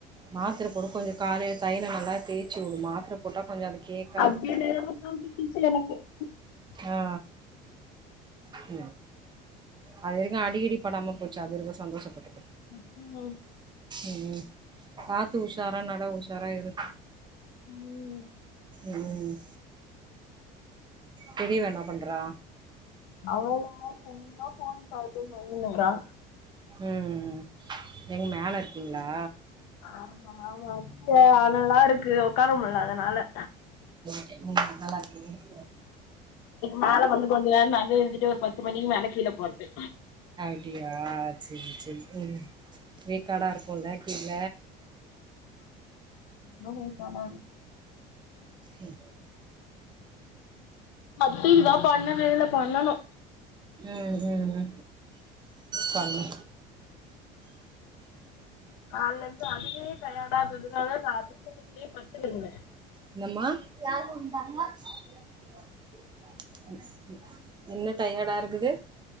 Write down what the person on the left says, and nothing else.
<unintelligible>
ம்ம் <unintelligible>
ம்
அவளுதான் சும்மா ஃபோன் பாத்தே நடந்துடுனுக்கா
ஆமா ஆமா அ அனலா இருக்கு உட்கார முல்ல அதனால
மேல வந்து கொஞ்சோ நேரம் நடந்து இருந்துட்டு ஒரு பத்து மணிக்கு மேல கீழ போறது
நல்ல வேகாடா இருக்கூ
மத்திகிதா பண்ணவேயில்ல பண்ணணு
கால்ல இருந்து அதுவே டயாடா இருந்ததுனால நான் அது <unintelligible> பத்துட்டு இருந்தேன்